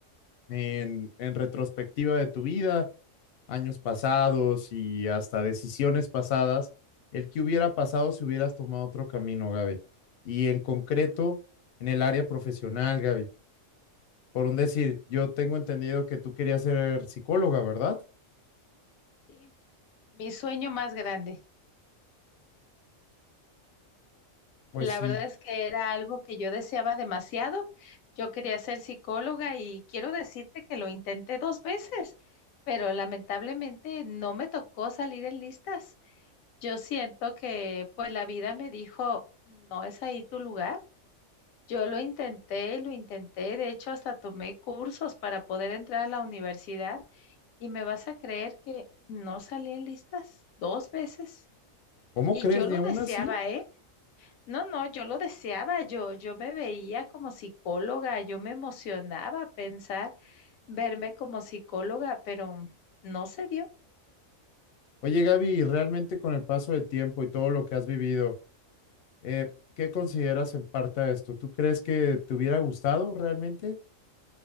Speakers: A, on the left (about 60°); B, on the left (about 85°).
A: en, en retrospectiva de tu vida, años pasados y hasta decisiones pasadas, el que hubiera pasado si hubieras tomado otro camino, Gaby. Y en concreto, en el área profesional, Gaby. Por un decir, yo tengo entendido que tú querías ser psicóloga, ¿verdad?
B: sí, mi sueño más grande.
A: Pues
B: La
A: sí.
B: verdad es que era algo que yo deseaba demasiado. Yo quería ser psicóloga y quiero decirte que lo intenté dos veces, pero lamentablemente no me tocó salir en listas. Yo siento que pues la vida me dijo, no es ahí tu lugar. Yo lo intenté, lo intenté, de hecho hasta tomé cursos para poder entrar a la universidad y me vas a creer que no salí en listas dos veces.
A: ¿Cómo
B: Y
A: crees?
B: yo
A: Ni
B: lo
A: aún
B: deseaba,
A: así.
B: ¿eh? No, no, yo lo deseaba, yo, yo me veía como psicóloga, yo me emocionaba pensar verme como psicóloga, pero no se dio.
A: Oye, Gaby, realmente con el paso del tiempo y todo lo que has vivido, eh, ¿qué consideras en parte de esto? ¿Tú crees que te hubiera gustado realmente?